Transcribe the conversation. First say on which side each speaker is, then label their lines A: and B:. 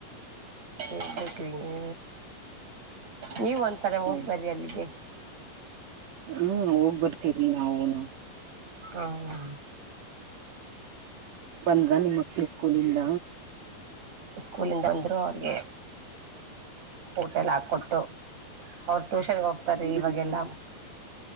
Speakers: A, on the right; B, on the right.
A: ಹೇಬೇಕ್ರಿ ನೀ ನೀವ್ ಒಂದ್ಸಲ ಹೋಗ್ಬರ್ರಿ
B: ಹೌದು.
A: ಅಲ್ಲಿಗೆ
B: ಹ್ಮ್ ಹೋಗ್ಬರ್ತೀರಿ ನಾವುನು
A: ಹ ಹ್ಮ್
B: ಬಂದ್ರಾ ನಿಮ್ ಮಕ್ಳು ಸ್ಕೂಲಿಂದ
A: ಸ್ಕೂಲಿಂದ ಬಂದ್ರು ಆಗ್ಲೇ ಊಟ ಎಲ್ಲ ಹಾಕೊಟ್ಟು ಅವ್ರ ಟ್ಯೂಷನ್ಗೆ ಹೋಗ್ತಾರೀ
B: ಹ್ಮ್
A: ಇವಾಗೆಲ್ಲ